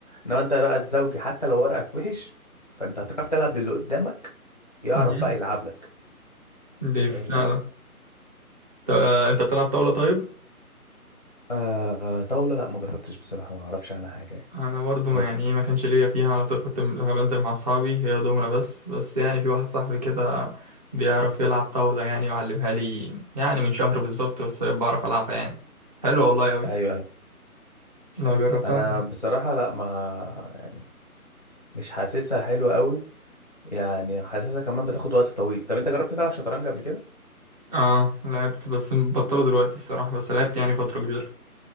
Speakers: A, on the left (about 30°); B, on the right (about 25°).
A: انما انت بقى الزوجي حتى لو ورقك وحش فانت هتعرف تلعب للي قدامك يعرف
B: مهم.
A: بقى يلعب لك
B: دي
A: فاهمني
B: فعلا طب، آه، أنت بتلعب طاولة طيب؟
A: آه طاولة لا ما جربتش بصراحة ما اعرفش عنها حاجة يعني.
B: انا برضو ما
A: انا
B: يعني ايه ما كانش ليا فيها على طول كنت م- لما بنزل مع اصحابي هي دومنا بس بس يعني في واحد صاحبي كده بيعرف يلعب طاولة يعني وعلمها لي يعني من شهر بالظبط بس بعرف العبها يعني حلو والله اوي
A: ايوه انا
B: لو جربتها
A: أنا بصراحة لا ما يعني مش حاسسها حلوة قوي يعني حاسسها كمان بتاخد وقت طويل طب انت جربت تلعب شطرنج قبل كده
B: اه لعبت بس بطلوا دلوقتي الصراحة بس لعبت يعني فترة كبيرة